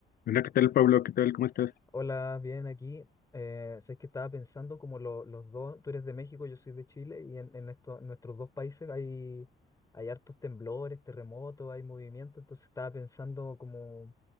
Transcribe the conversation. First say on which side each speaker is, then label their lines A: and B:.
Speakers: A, on the left; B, on the left.
A: Hola, ¿qué tal, Pablo? ¿Qué tal? ¿Cómo estás?
B: Hola, bien aquí. Eh, sabes que estaba pensando como lo- los dos, tú eres de México, yo soy de Chile, y en, en, esto- en nuestros dos países hay, hay hartos temblores, terremotos, hay movimiento, entonces estaba pensando como